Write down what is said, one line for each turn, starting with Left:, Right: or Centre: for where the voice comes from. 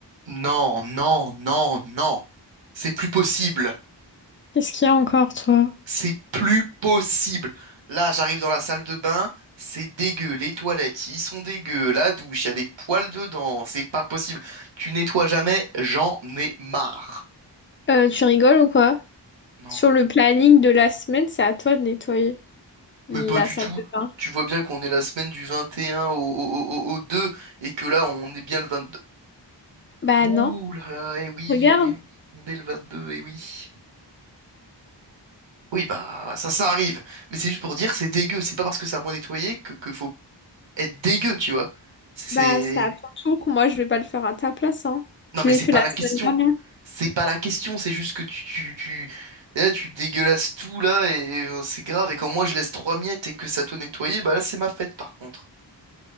Right: Non, non, non, non. C'est plus possible.
Left: Qu'est-ce qu'il y a encore, toi?
Right: C'est plus possible. Là, j'arrive dans la salle de bain, c'est dégueu. Les toilettes, ils sont dégueux. La douche, il y a des poils dedans. C'est pas possible. Tu nettoies jamais, j'en ai marre.
Left: Euh, tu rigoles ou quoi?
Right: Non,
Left: Sur le planning de la semaine, c'est à toi de nettoyer la
Right: mais pas du
Left: salle
Right: tout.
Left: de bain.
Right: Tu vois bien qu'on est la semaine du 21 au, au, au- au 2 et que là, on est bien le 22.
Left: Bah
Right: Ouh
Left: non,
Right: là là, eh oui,
Left: regarde.
Right: on est, on est le 22, eh oui. Oui, bah ça, ça arrive. Mais c'est juste pour dire que c'est dégueu. C'est pas parce que c'est à moi nettoyer que, que faut être dégueu, tu vois. C'est...
Left: Bah c'est à ton tour. Moi, je vais pas le faire à ta place, hein.
Right: Non,
Left: Je
Right: mais
Left: l'ai
Right: c'est
Left: fait
Right: pas
Left: la
Right: la question.
Left: semaine dernière.
Right: C'est pas la question, c'est juste que tu, tu, tu- Là, tu dégueulasses tout, là, et, euh, c'est grave. Et quand moi, je laisse trois miettes et que ça te nettoyer, bah là, c'est ma fête, par contre.